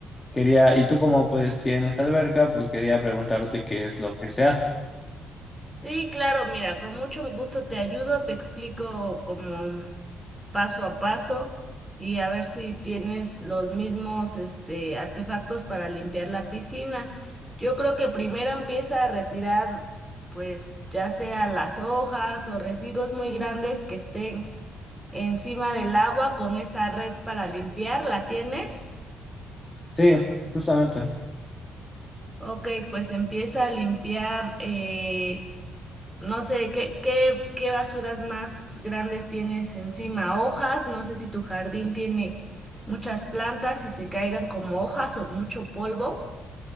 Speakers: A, on the left; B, in the centre.
A: quería y tú como pues tienes alberca, pues quería preguntarte qué es lo que se hace.
B: Sí, claro, mira, con mucho gusto te ayudo, te explico como paso a paso y a ver si tienes los mismos este, artefactos para limpiar la piscina. Yo creo que primero empieza a retirar, pues ya sea las hojas o residuos muy grandes que estén encima del agua con esa red para limpiar. ¿La tienes?
A: Sí, justamente.
B: Ok, pues empieza a limpiar, eh, no sé, ¿qué, qué, qué basuras más grandes tienes encima? Hojas, no sé si tu jardín tiene muchas plantas y se caigan como hojas o mucho polvo.